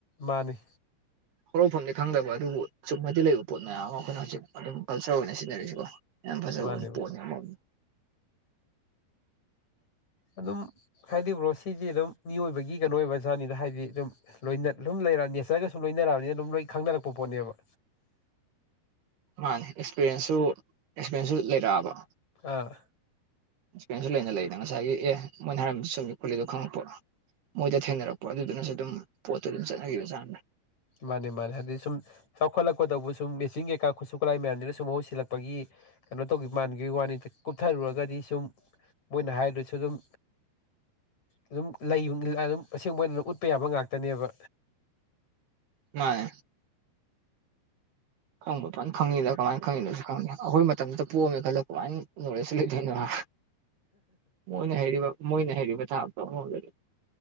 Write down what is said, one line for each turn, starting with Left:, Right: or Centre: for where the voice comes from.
Left: ꯃꯥꯅꯤ
Right: ꯍꯧꯔꯛꯐꯝꯗꯤ ꯈꯪꯗꯕ ꯑꯗꯨꯕꯨ ꯆꯨꯝꯃꯗꯤ ꯂꯩꯕ ꯄꯣꯠ ꯃꯌꯥꯝ ꯑꯃ ꯑꯩꯈꯣꯏꯅ ꯍꯧꯖꯤꯛ ꯑꯗꯨꯝ ꯀꯜꯆꯔ ꯑꯣꯏꯅ ꯁꯤꯖꯤꯟꯅꯔꯤꯁꯤꯀꯣ ꯌꯥꯝ ꯐꯖꯕ
Left: ꯃꯥꯅꯤ
Right: ꯄꯣꯠꯅꯤ ꯑꯃꯔꯣꯝ
Left: ꯑꯗꯨꯝ ꯍꯥꯏꯗꯤ ꯕ꯭ꯔꯣ ꯁꯤꯗꯤ ꯑꯗꯨꯝ ꯃꯤꯑꯣꯏꯕꯒꯤ ꯀꯩꯅꯣ ꯑꯣꯏꯕ ꯖꯥꯠꯅꯤꯗ ꯍꯥꯏꯗꯤ ꯑꯗꯨꯝ ꯂꯣꯏꯅ ꯑꯗꯨꯝ ꯂꯩꯔ ꯅꯦꯆꯔꯒ ꯁꯨꯝ ꯂꯣꯏꯅꯔꯛꯑꯕꯅꯤꯅ ꯑꯗꯨꯝ ꯂꯣꯏ ꯈꯪꯅꯔꯛꯄ ꯄꯣꯠꯅꯦꯕ
Right: ꯃꯥꯅꯦ ꯑꯦꯛꯁꯄꯤꯔꯦꯟꯁꯁꯨ ꯑꯦꯛꯁꯄꯤꯔꯦꯟꯁꯁꯨ ꯂꯩꯔꯛꯑꯕ
Left: ꯑꯥ
Right: ꯑꯦꯛꯁꯄꯤꯔꯦꯟꯁꯁꯨ ꯂꯩꯅ ꯂꯩꯅ ꯉꯁꯥꯏꯒꯤ ꯑꯦ ꯃꯣꯏꯅ ꯍꯥꯏꯔꯝꯕꯗꯨ ꯑꯦ ꯆꯨꯃꯤ ꯈꯣꯂꯤꯗꯣ ꯈꯪꯉꯛꯄ ꯃꯣꯏꯗ ꯊꯦꯡꯅꯔꯛꯄ ꯑꯗꯨꯗꯨꯅꯁꯨ ꯑꯗꯨꯝ ꯄꯣꯠꯇꯨ ꯑꯗꯨꯝ ꯆꯠꯅꯒꯤꯕ ꯖꯥꯅꯤꯗ
Left: ꯃꯥꯅꯦ ꯃꯥꯅꯤ ꯍꯥꯏꯗꯤ ꯁꯨꯝ ꯆꯥꯎꯈꯠꯂꯛꯀꯗꯧꯕ ꯁꯨꯝ ꯃꯦꯆꯤꯟ ꯀꯩꯀꯥ ꯈꯨꯠꯁꯨ ꯈꯨꯠꯂꯥꯏ ꯃꯌꯥꯝꯖꯤꯅ ꯁꯨꯝ ꯃꯍꯨꯠ ꯁꯤꯜꯂꯛꯄꯒꯤ ꯀꯩꯅꯣ ꯇꯧꯒꯤ ꯃꯥꯟꯒꯤ ꯋꯥꯅꯤ ꯀꯨꯞꯊꯔꯨꯔꯒꯗꯤ ꯁꯨꯝ ꯃꯣꯏꯅ ꯍꯥꯏꯔꯤꯗꯨꯁꯨ ꯗꯨꯝ ꯑꯗꯨꯝ ꯂꯩ ꯑꯗꯨꯝ ꯑꯁꯦꯡꯕ ꯑꯣꯏꯅ ꯎꯠꯄ ꯌꯥꯕ ꯉꯥꯛꯇꯅꯦꯕ
Right: ꯃꯥꯅꯦ ꯈꯪꯕꯥ ꯐꯟ ꯈꯪꯉꯤꯗ ꯀꯃꯥꯏꯅ ꯈꯪꯉꯤꯅꯣꯁꯨ ꯈꯪꯗꯦ꯫ ꯑꯈꯣꯏ ꯃꯇꯝꯗꯨꯇ ꯄꯣꯛꯑꯝꯃꯦ ꯈꯜꯂꯣ ꯀꯃꯥꯏꯅ ꯅꯣꯂꯦꯖꯁꯨ ꯂꯩꯗꯣꯏꯅꯣ ꯍꯥ ꯃꯣꯏꯅ ꯍꯩꯔꯤꯕ ꯃꯣꯏꯅ ꯍꯩꯔꯤꯕ ꯊꯥꯛꯇꯣ ꯑꯃꯔꯣꯝꯗꯗꯤ